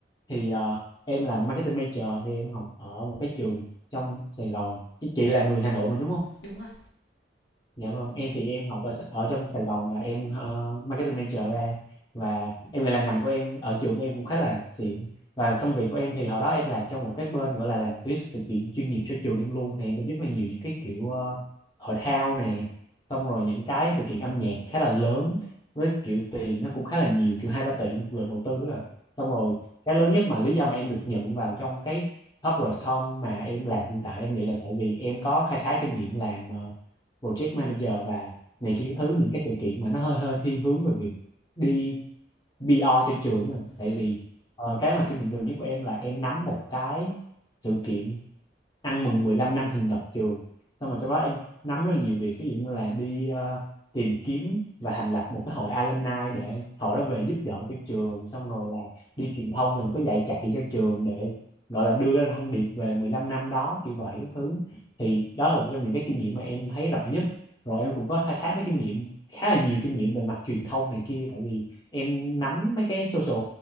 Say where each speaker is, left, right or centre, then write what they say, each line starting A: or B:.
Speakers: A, on the left; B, on the left.
A: thì ờ, em làm marketing major thì em học ở một cái trường trong Sài Gòn chứ chị là người Hà Nội mà đúng không
B: đúng rồi
A: Dạ vâng, em thì em học ở, Sa- ở trong Sài Gòn và em ờ, marketing major ra và em nghĩ là ngành của em ở trường của em cũng khá là xịn và công việc của em thì hồi đó em làm trong một cái bên gọi là làm tuyết sự kiện chuyên nghiệp cho trường em luôn thì em tổ chức rất là nhiều những cái kiểu ờ, hội thao nè xong rồi những cái sự kiện âm nhạc khá là lớn với kiểu tiền nó cũng khá là nhiều kiểu hai ba tỷ một lần đầu tư rồi xong rồi cái lớn nhất mà lý do mà em được nhận vào trong cái corporate com mà em làm hiện tại em nghĩ là tại vì em có khá khá kinh nghiệm làm ờ, project manager và này kia thứ những cái sự kiện mà nó hơi hơi thiên hướng về việc đi PR cho trường rồi tại
B: ừ
A: vì ờ, cái mà kinh nghiệm gần nhất của em là em nắm một cái sự kiện ăn mừng 15 năm thành lập trường xong rồi trong đó em nắm rất là nhiều việc ví dụ như là đi ờ, tìm kiếm và thành lập một cái hội alumni để hội đó về giúp đỡ cho trường xong rồi là đi truyền thông về một cái dạy chạy cho trường để gọi là đưa ra thông điệp về 15 năm đó kiểu vậy các thứ thì đó là một trong những cái kinh nghiệm mà em thấy rõ nhất rồi em cũng có khai thác mấy kinh nghiệm khá là nhiều kinh nghiệm về mặt truyền thông này kia tại vì em nắm mấy cái social